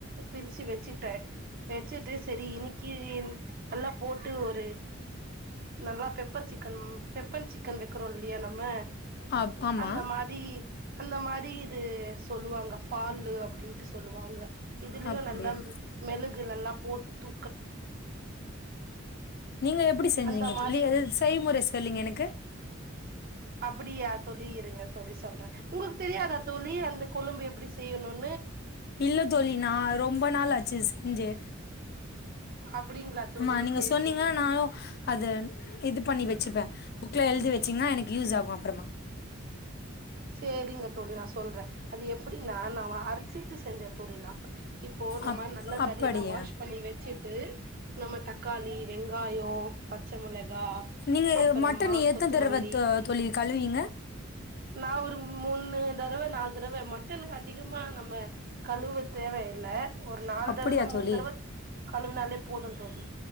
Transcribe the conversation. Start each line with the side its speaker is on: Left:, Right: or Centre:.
Right: பிரிச்சு வெச்சிட்டே வெச்சிட்டு செரி இன்னிக்கி நல்லா போட்டு ஒரு நல்லா pepper chicken pepper sick <unintelligible> <unintelligible> நம்ம
Left: ஆ ஆமா
Right: அந்த மாரி அந்த மாரி இது சொல்லுவாங்க ஃபாலு அப்டின்டு சொல்லுவாங்க இதுலியு
Left: அப்டியா
Right: நல்லா மெலுக் க்கு நல்லா போட்டு தூ
Left: நீங்க எப்டி செஞ்சீங்க
Right: அந்த
Left: <unintelligible>
Right: மாரி
Left: எது செய்முற சொல்லுங்க எனக்கு
Right: அப்புடியா தோழி இருங்க தோழி சொல்றே உங்குக்கு தெரியாதா தோழி அந்த கொழம்பு எப்டி செய்ணுன்
Left: இல்ல தோழி நா ரொம்ப நாளாச்சு செஞ்சே
Right: அப்டிங்களா தோழி
Left: அமா நீங்க
Right: செரி
Left: சொன்னீங்க
Right: தோழி
Left: நானு அத இது பண்ணி வச்சுப்பே புக்ல எழுதி வச்சீங்கனா எனக்கு யூஸ் ஆகு அப்றமா
Right: சேரிங்க தோழி நா சொல்றே அது எப்புடினா நா அரைச்சீட்டு செஞ்சே தோழி நா இப்போ நம்ம
Left: அப்
Right: நல்ல
Left: அப்படியா
Right: கறியெல்லா வாஷ் பண்ணி வச்சிட்டு நம்ம தக்காளி வெங்காயொ பச்ச மொளகா
Left: நீங்க
Right: அப்பறமா
Left: மட்டன் எத்தன
Right: கொத்துமல்லி
Left: தடவ தோ தோழி கழுவீங்க
Right: நா ஒரு மூணு தர்வ நாலு தரவ மட்டனு அதிகமா நம்ம கழுவ தேவ இல்ல ஒரு நாலு
Left: அப்படியா
Right: தரவ மூணு
Left: தோழி
Right: தரவ கழவுனாலே போது தோழி